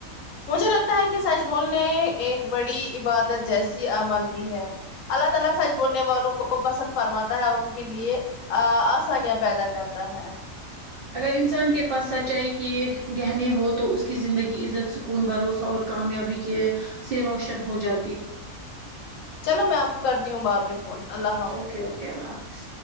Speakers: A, on the left (about 70°); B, on the right (about 55°).
A: مجھے لگتا ہے کہ سچ بولنے ایک بڑی عبادت جیسی عمل بھی ہے اللہ تعالی سچ بولنے والوں کو پسند فرماتا ہے اور ان کے لیے ا آسانیاں پیدا کرتا ہے
B: اگر انسان کے پاس سچائی کے گہنے ہو تو اس کی زندگی عزت سکون بھروسہ اور کامیابی کے سے روشن ہو جا
A: چلو میں آپ کو کرتی ہوں بعد میں فون اللہ حافظ
B: اوکے اوکے اللہ حافظ